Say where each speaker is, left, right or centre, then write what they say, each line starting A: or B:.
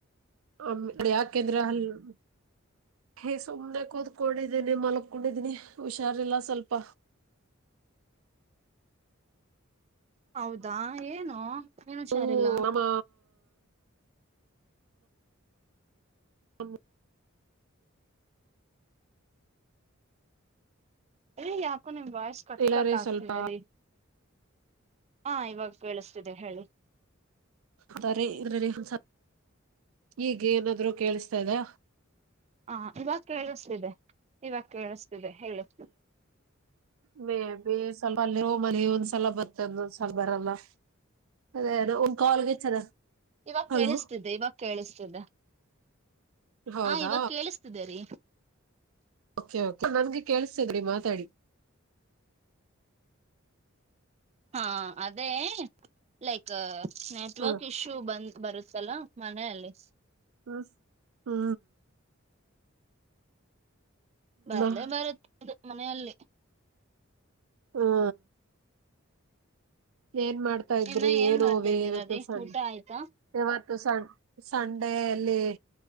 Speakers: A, on the right; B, on the right.
A: ಒಮ್ಮೆ ಹೋಡೋಯಾಕ ಎದರಾ ನೀವು. <inaudible> ಏ ಸುಮ್ನೆನೆ ಕೂದ್ಕೊಂಡಿದ್ದೇನೆ ಮಲ್ಕೊಂಡಿದೀನಿ ಹುಷಾರಿಲ್ಲ ಸ್ವಲ್ಪ
B: ಹೌದಾ ಏನು ಏನ್ ಹುಷಾರಿಲ್ಲ
A: ಓ ನಮ್ಮ ಹ್ಮ್
B: ಅಯ್ಯೆ ಯಾಕೋ ನಿಮ್ಮ ವಾಯ್ಸ ಕಟ್
A: ಇಲ್ಲಾರೆ
B: ಕಟ್ ಆಗ್ತ
A: ಸ್ವಲ್ಪ
B: ಇದೆ ರೀ ಹಾ ಇವಾಗ ಕೇಳಿಸ್ತಿದೆ ಹೇಳಿ
A: ಅದರಿ ಸ್ವಲ್ಪ ಈಗ ಏನಾದ್ರು ಕೇಳಿಸ್ತಾ ಇದೆ
B: ಹಾ ಇವಾಗ ಕೇಳಿಸ್ತಿದೆ ಇವಾಗ ಕೇಳಿಸ್ತಿದೆ ಹೇಳು
A: ಮೆ ಬಿ ಸ್ವಲ್ಪ ಮನೆ ಒಂದ್ಸಲ ಬರ್ತಂದೊಂದ್ಸಲ್ ಬರಲ್ಲ ಅದೇ ಅದೇ ಒಂದ್ ಕಾಲ್ಗೆ ಚದ
B: ಇವಾಗ
A: ಹಲೋ
B: ಕೇಳಿಸ್ತಿದ್ದೆ ಇವಾಗ ಕೇಳಿಸ್ತಿದ್ದೆ
A: ಹೌದಾ
B: ಹ ಇವಾಗ ಕೇಳಿಸ್ತಿದ್ದೇರಿೀ
A: ಓಕೆ ಓಕೆ ನನ್ಗೆ ಕೇಳಸತದ್ರಿ ಮಾತಾಡಿ
B: ಹಾ ಅದೇ ಲೈಕ್ ನೆಟ್ವರ್ಕ್
A: ಹ್ಮ್
B: ಇಶ್ಯೂ ಬಂದ ಬರುತ್ತಲ್ ಮನೆಯಲ್ಲಿ
A: ಹ್ಮ್ ಹೂ
B: ಬರ್ಲೇ
A: ಹ್ಮ್
B: ಬರುತ್ತೆದು ಮನೆಯಲ್ಲಿ
A: ಹ್ಮ ಏನ್ ಮಾಡ್ತಾ ಇದ್ರಿ
B: ಇನ್ನ
A: ಏನ್
B: ಮಾಡ್ತಾ
A: ವೆ
B: ಇದ್ದೀರಾ
A: ಇವತ್ತು
B: ರೀ
A: ಸಣ್ಣ
B: ಊಟ ಆಯ್ತಾ
A: ಇವತ್ತು ಸ ಸಂಡೆಯಲ್ಲಿ